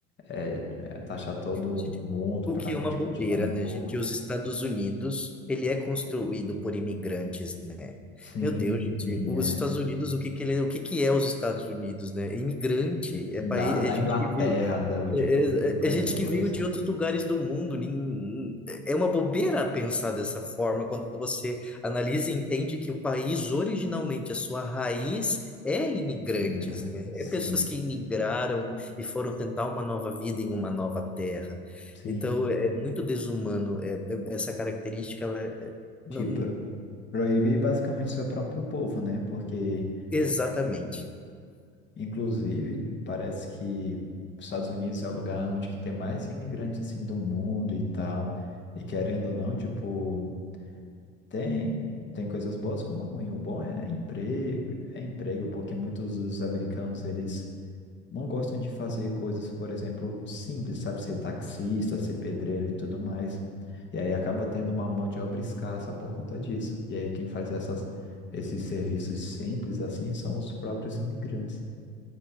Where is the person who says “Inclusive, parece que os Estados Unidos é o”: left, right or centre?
Left